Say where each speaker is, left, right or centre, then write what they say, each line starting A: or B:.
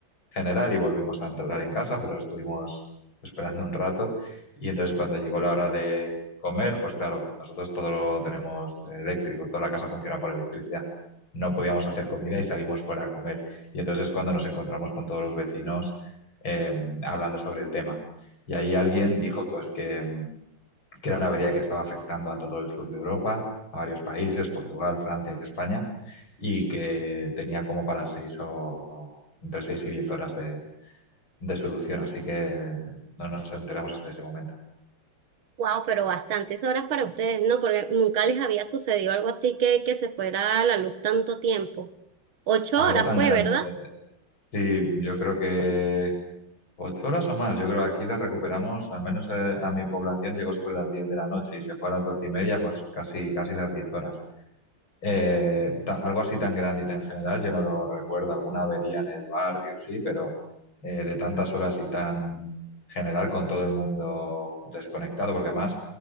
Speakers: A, on the left; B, on the right.
A: general y volvimos a entrar en casa, pero estuvimos esperando un rato y entonces cuando llegó la hora de comer, pues claro, nosotros todo lo tenemos eléctrico, toda la casa funciona por electricidad. No podíamos hacer comida y salimos fuera a comer. Y entonces es cuando nos encontramos con todos los vecinos eh, hablando sobre el tema y ahí alguien dijo pues, que, que era una avería que estaba afectando a todo el sur de Europa, a varios países, Portugal, Francia, España, y que tenía como para seis o entre seis y diez horas de, de solución, así que no nos enteramos hasta ese momento.
B: Wow, pero bastantes horas para ustedes, ¿no? Porque nunca les había sucedido algo así que, que se fuera a la luz tanto tiempo. Ocho
A: Algo
B: horas
A: tan
B: fue,
A: grande.
B: ¿verdad?
A: Sí, yo creo que ocho horas o más. Yo creo que aquí lo recuperamos, al menos eh, a mi población llegó sobre las diez de la noche y se fue a las doce y media, pues casi, casi las diez horas. Eh, ta- algo así tan grande y tan general, yo no lo recuerdo. Alguna avería en el barrio, sí, pero eh, de tantas horas y tan general con todo el mundo desconectado, porque además